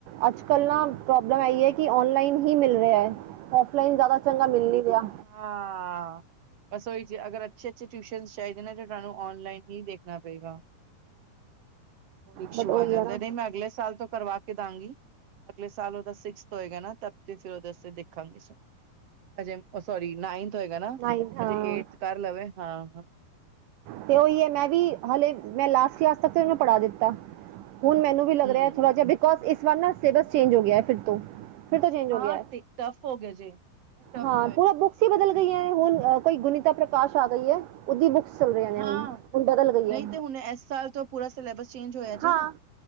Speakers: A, on the right (about 70°); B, on the right (about 45°).
A: ਅੱਜ ਕੱਲ੍ਹ ਨਾ ਪ੍ਰੋਬਲਮ ਆਈ ਹੈ ਕਿ ਅਨਲਾਈਨ ਹੀ ਮਿਲ ਰਿਹਾ ਹੈ। ਔਫਲਾਈਨ ਜ਼ਿਆਦਾ ਚੰਗਾ ਮਿਲ ਨੀ ਰਿਹਾ।
B: ਹਾਂ, ਬਸ ਉਹੀ ਚੀ ਅਗਰ ਅੱਛੇ- ਅੱਛੇ ਟਿਊਸ਼ਨ ਚਾਹੀਦੇ ਨੇ ਤੁਹਾਨੂੰ ਆਨਲਾਈਨ ਹੀ ਦੇਖ ਕਰਨਾ ਪਏਗਾ ਉਹੀ ਇਸ਼ੂ
A: ਬਟ
B: ਆ ਜਾਂਦਾ
A: ਹੈ ਨਾ
B: ਨਹੀਂ ਮੈਂ ਅਗਲੇ ਸਾਲ ਤੋਂ ਕਰਵਾ ਦਾਂਗੀ, ਅਗਲੇ ਸਾਲ ਉਹਦਾ ਸਿਕਸ ਹੋਏਗਾ ਨਾ ਤਬ ਤੇ ਫਿਰ ਉਹਦੇ ਦੇਖਾਂਗੇ। ਹਜੇ, ਸੋਰੀ ਨਾਈਨਥ ਹੋਏਗਾ ਨਾ,
A: ਨਹੀਂ ਹਾਂ
B: ਅਜੇ ਏੜਥ ਕਰ ਲਵੇ ਹਾਂ, ਹਾਂ।
A: ਤੇ ਉਹੀ ਹੈ, ਮੈਂ ਵੀ ਹਾਲੇ ਮੈਂ ਲਾਸਟ ਕਲਾਸ ਤੱਕ ਉਹਨੂੰ ਪੜ੍ਹਾ ਦਿੱਤਾ, ਹੁਣ ਮੈਨੂੰ ਵੀ ਲੱਗ
B: ਹਮ
A: ਰਿਹਾ, ਥੋੜਾ ਜਿਹਾ, ਬਿਕੋਜ ਇਸ ਵਾਰ ਨਾ ਸਿਲੇਬਸ ਚੇਂਜ ਹੋ ਗਿਆ, ਫਿਰ ਤੋਂ ਫਿਰ ਤੋਂ ਚੇਂਜ
B: ਹਾਂ
A: ਹੋ ਗਿਆ ਹੈ,
B: ਟਫ ਹੋ ਗਿਆ ਜੇ ਉਹ ਟਫ
A: ਹਾਂ,
B: ਹੋਏ
A: ਪੂਰਾ ਬੁੱਕ ਬੁਕਸ ਬਦਲ ਗਈ ਹੈ ਹੁਣ ਕੋਈ ਗੁਣੀਤਾ ਪ੍ਰਕਾਸ਼ ਆ ਗਈ ਹੈ। ਉਹਦੀ ਬੁੱਕਸ ਚੱਲ ਰਹੀਆਂ ਨੇ
B: ਹਾਂ
A: ਹੁਣ-ਹੁਣ ਬਦਲ ਗਈ
B: ਨਹੀਂ
A: ਹੈ,
B: ਤੇ ਹੁਣ ਇਸ ਸਾਲ ਤੋਂ ਪੂਰਾ ਸਿਲੇਬਸ ਚੇਂਜ ਹੋਇਆ ਜੀ
A: ਹਾਂ
B: ਨਾ